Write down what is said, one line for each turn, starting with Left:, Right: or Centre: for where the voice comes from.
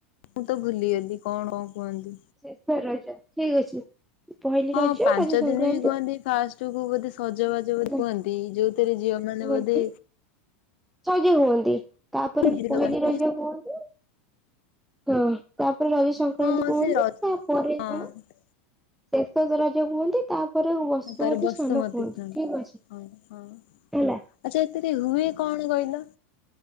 Left: ମୁଁ ତ ଭୁଲିଗଲି କଣ? କୁହନ୍ତି
Centre: ସେଇଥିପାଇଁ ର ଠିକ ଅଛି। ପହିଲି
Left: ହଁ
Centre: ରଜ
Left: ପାଞ୍ଚ
Centre: ରଜ ସଂକ୍ରାନ୍ତି
Left: ଦିନ ବି କୁହନ୍ତି ଫାଷ୍ଟ କୁ ବୋଧେ ସଜବାଜ ବୋଲି
Centre: ହୁଁ।
Left: କୁହନ୍ତି ଯୋଉଥିରେ ଝିଅ ମାନେ
Centre: ହୁଅନ୍ତି
Left: ବୋଧେ।
Centre: ସଜ ହୁଅନ୍ତି ତାପରେ
Left: ମେହେନ୍ଦି
Centre: ପହିଲି
Left: ଲଗାନ୍ତି
Centre: ରଜ ହୁଅନ୍ତି। ହଁ ତାପରେ ରଜ ସଂକ୍ରାନ୍ତି
Left: ହଁ
Centre: କୁହନ୍ତି
Left: ସେ ର
Centre: ତାପରେ
Left: ହଁ
Centre: କଣ? ଶେଷ ରଜ କୁହନ୍ତି। ତାପରେ ବସୁମତୀ
Left: ତାର ବସୁମତୀ
Centre: ସ୍ନାନ କୁହନ୍ତି
Left: ସ୍ନାନ
Centre: ଠିକ ଅଛି
Left: ହ ହ
Centre: ହେଲା।
Left: ଆଛା ଏଥିରେ ହୁଏ କଣ କହିଲ।